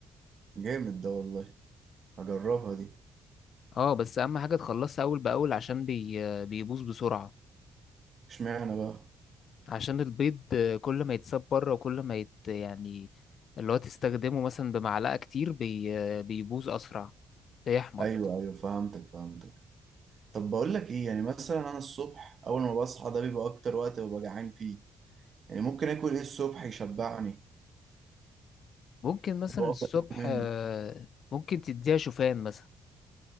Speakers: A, on the right; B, on the left.
A: جامد ده والله هجربها دي
B: اه بس اهم حاجة تخلصها اول باول عشان بي... بيبوظ بسرعة
A: اشمعنى بقى
B: عشان البيض كل ما يتساب بره وكل ما يت... يعني اللي هو تستخدمه مثلا بمعلقة كتير بي... بيبوظ اسرع بيحمض
A: ايوه ايوه فهمتك فهمتك طب بقول لك ايه يعني مثلا انا الصبح اول ما بصحى ده بيبقى اكتر وقت ببقى جعان فيه يعني ممكن اكل ايه الصبح يشبعني
B: ممكن مثلا
A: اللي هو
B: الصبح
A: افضل آكل منه
B: آه، ممكن تديها شوفان مثلا